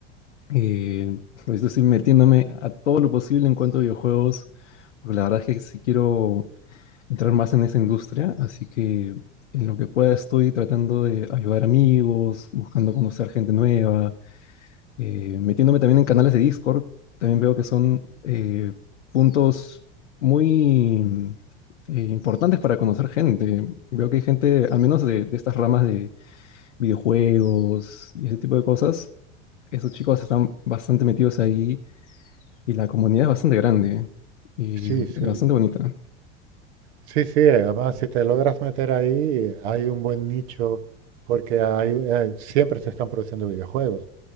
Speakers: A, on the left; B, on the right.
A: Eh, ahorita estoy metiéndome a todo lo posible en cuanto a videojuegos, porque la verdad es que sí quiero entrar más en esa industria, así que en lo que pueda estoy tratando de ayudar amigos, buscando conocer gente nueva, eh, metiéndome también en canales de Discord, también veo que son eh, puntos muy mm, eh, importantes para conocer gente. Veo que hay gente, al menos de, de estas ramas de videojuegos y ese tipo de cosas, esos chicos están bastante metidos ahí y la comunidad es bastante grande y
B: Sí,
A: es
B: sí.
A: bastante bonita.
B: Sí, sí, eh, además si te logras meter ahí, hay un buen nicho porque hay, eh, siempre se están produciendo videojuegos.